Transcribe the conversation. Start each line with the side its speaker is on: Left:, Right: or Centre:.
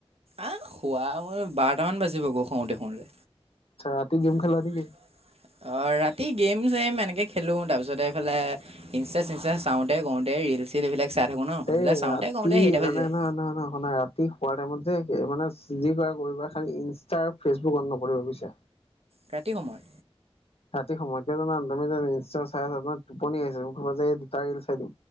Right: আহ খুৱা মোৰ বাৰটামান বাজিব গৈ খাওঁতে-খাওঁতে।
Left: আচ্ছা ৰাতি গেম
Right: <inaudible>
Left: খেলা নেকি
Right: অ ৰাতি গেম-চেম এনে <unintelligible> তেনেকে খেলো তাৰ পিছতে এইফালে ইনষ্টা-চিচষ্টা চাওঁতে-গওঁতে ৰিল-চিল এইবিলাক <inaudible>
Left: এ
Right: এইবিলাক চাওঁতে
Left: ৰাতি
Right: কৰোঁতে হেৰিটা
Left: নানে
Right: বাজি যায়
Left: নহয় ন <unintelligible> ৰাতি শোৱাৰ টাইমত যে মানে যি কৰা কৰিবা খালি ইনষ্টা আৰু ফেচবুক অন নকৰিব বুজিছা।
Right: ৰাতি সময়
Left: ৰাতি সময়তকে কিয় জানা তুমি যে ইনচটা চাই আছা তোমাৰ টোপনি আহিছে তুমি কবা যে এই দুটা ৰিল চাই দিওঁ।